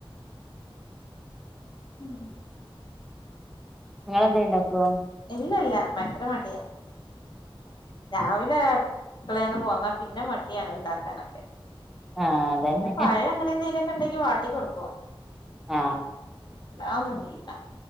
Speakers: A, on the left (about 50°); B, in the centre.
A: ഉം
B: നിങ്ങളെന്തേ ഇണ്ടാക്കുവാ
A: ഇല്ലല്ല ഭയങ്കര മടിയാ രാവിലെ അടുക്കളെന്ന് പോന്നാ പിന്നെ മടിയാണ് ഉണ്ടാക്കാനൊക്കെ
B: ആഹ് അതന്നെ
A: പിന്നെ പയം അങ്ങനെ എന്തെലുമൊക്കെ ഉണ്ടെങ്കി വ ട്ടി കൊടുക്കും
B: ആ
A: അല്ലതൊന്നും ചെയൂല